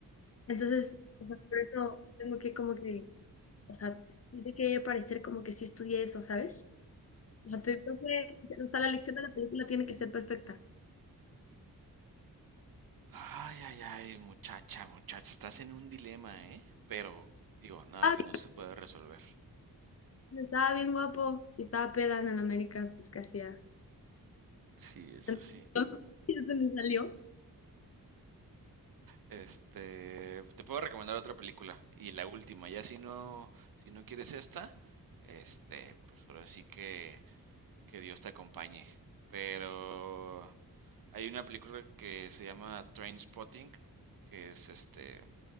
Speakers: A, on the left; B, on the right.
A: Entonces, o sea, por eso tengo que como que, o sea, tiene que parecer como que sí estudié eso, ¿sabes? O sea, te- creo que, o sea, la elección de la película tiene que ser perfecta.
B: Ay, ay, ay, muchacha, muchacha, estás en un dilema, ¿eh? Pero, digo, nada
A: Ah,
B: que no se puede resolver.
A: bien, estaba bien guapo y estaba peda en el Américas, pues que hacía.
B: Sí, eso
A: <laughs>
B: sí.
A: Y se me salió.
B: Este, te puedo recomendar otra película y la última. Ya si no, si no quieres esta, este, pues ahora sí que, que Dios te acompañe. Pero hay una película que se llama Trainspotting, que es este